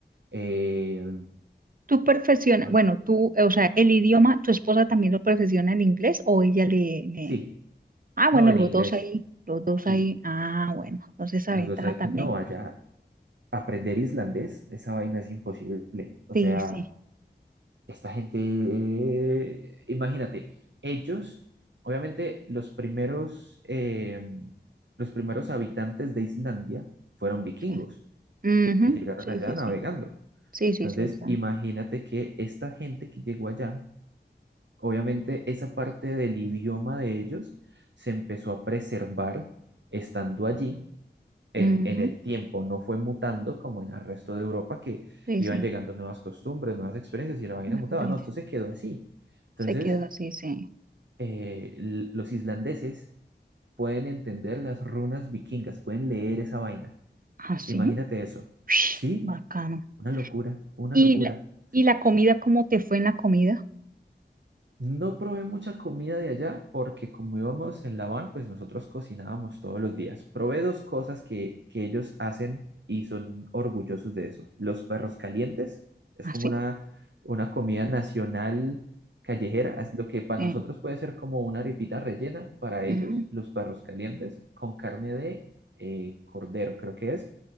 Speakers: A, on the right; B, on the right.
A: Eh,
B: Tú perfeccionas,
A: más?
B: bueno, tú, eh, o sea, el idioma, ¿tu esposa también lo perfecciona el inglés o ella le, le-
A: Sí,
B: Ah, bueno,
A: No, en
B: los
A: inglés.
B: dos ahí, los dos
A: Sí.
B: ahí. Ah, bueno, entonces esa
A: Los
B: ventaja
A: dos hay...
B: también.
A: No, allá aprender islandés, esa vaina es imposible. O
B: Sí,
A: sea,
B: sí,
A: esta gente, eh, imagínate, ellos, obviamente, los primeros, eh, los primeros habitantes de Islandia fueron vikingos
B: sí. Ujú,
A: que llegaron
B: Sí,
A: allá
B: sí,
A: navegando.
B: sí. Sí, sí,
A: Entonces,
B: sí, esa.
A: imagínate que esta gente que llegó allá, obviamente, esa parte del idioma de ellos se empezó a preservar estando allí en,
B: Ujú,
A: en el tiempo, no fue mutando como en el resto de Europa que
B: Sí,
A: iban
B: sí.
A: llegando nuevas costumbres, nuevas experiencias y la vaina
B: Una
A: mutaba,
B: experiencia.
A: no, esto se quedó así. Entonces,
B: Se quedó así, sí.
A: eh, l- los islandeses pueden entender las runas vikingas, pueden leer esa vaina.
B: Así.
A: Imagínate eso.
B: Ush,
A: Sí,
B: Bacano.
A: una locura, una
B: ¿Y
A: locura.
B: la,
A: Sí.
B: y la comida, cómo te fue en la comida?
A: No probé mucha comida de allá porque como íbamos en la van, pues nosotros cocinábamos todos los días. Probé dos cosas que, que ellos hacen y son orgullosos de eso. Los perros calientes es
B: Así.
A: como una, una comida nacional callejera, as- lo que para
B: Sí.
A: nosotros puede ser como una arepita rellena, para
B: Ujú.
A: ellos los perros calientes con carne de eh, cordero, creo que es,